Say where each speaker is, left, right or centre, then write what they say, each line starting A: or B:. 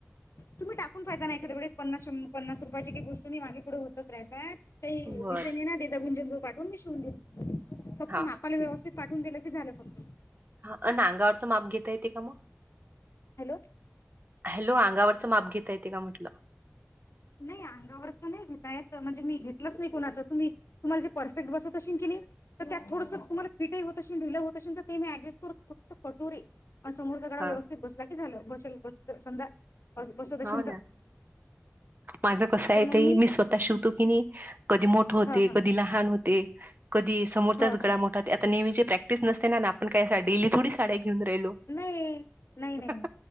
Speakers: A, on the left; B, on the right.
A: तुम्ही टाकून फायज नाही एखाद्या वेळेस प पन्नास रुपयाची काही वत मागे पुढे होतच रातात का
B: बर
A: विषय नाही त्याुं पाठून मी शवून फक्त
B: हा
A: मापाला
B: ठीक
A: व्यवस्थित पाठून दिलं की झालं फक्त
B: हा अ नांगावरचं माप घेता येते का मग?
A: हॅलो
B: हॅलो अंगावरचं माप घेता येते का म्हटलं
A: नाही अंगावरच नाही घेता येत. म्हणजे मी घेतलंच नाही. कोणाच, तुम्हाला जे परफेक्ट बसत असेल की नाही त्या थोडस तुम्हाला फिटही होत असेल, ढील होत असेल तर ते मी ऍडजस्ट करू फक्त कटोरी पण समोरचागळा
B: हा
A: व्यवस्थित बसला की झालं बसेल बसत समजा बसत
B: हो
A: आशेन
B: ना
A: तर
B: माझं कसं
A: तर
B: आहे
A: मग
B: त मी स्वतः शिवतो की नाही कधी
A: हा
B: ते
A: हा
B: कधी लहान होते. कधी समोरच
A: हा हा
B: गडा मोठाात आता नेहमीचे प्रॅक्टिस नसते ना आपण काय डेली थोडी साड्या घेऊन राहिलो
A: नाही नाही नाही नाही
B: हह